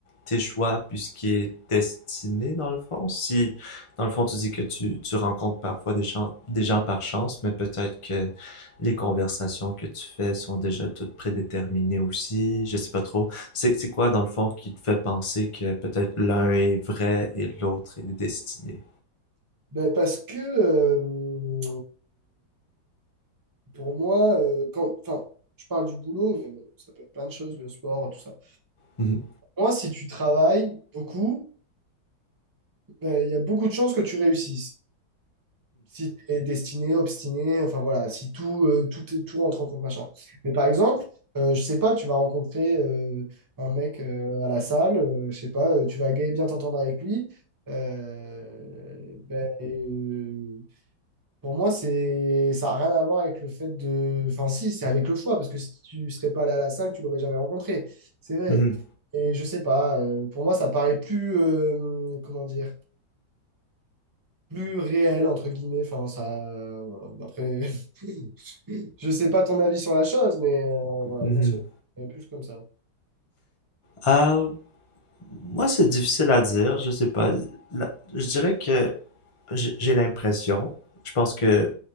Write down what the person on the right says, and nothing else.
Ben, parce que euh, pour moi, euh, quand, enfin, je parle du boulot, mais bon, ça peut être plein de choses, le sport, tout ça.
Pour Moi, si tu travailles beaucoup, ben, il y a beaucoup de chances que tu réussisses. Si tu es destiné, obstiné, enfin voilà, si tout, euh, tout, est- tout rentre en compte, machin. Mais par exemple, euh, je sais pas, tu vas rencontrer euh, un mec euh, à la salle, euh, je sais pas, euh, tu vas gay- bien t'entendre avec lui. euh, ben, euh, Pour moi, c'est, ça n'a rien à voir avec le fait de. Enfin, si, c'est avec le choix, parce que si tu ne serais pas allé à la salle, tu l'aurais jamais rencontré. C'est vrai.
Et je sais pas, euh, pour moi, ça paraît plus, euh, comment dire, plus réel, entre guillemets. Enfin, ça. voilà. Après, <laughs> je sais pas ton avis sur la chose, mais euh, voilà,
moi, c'est plus comme ça.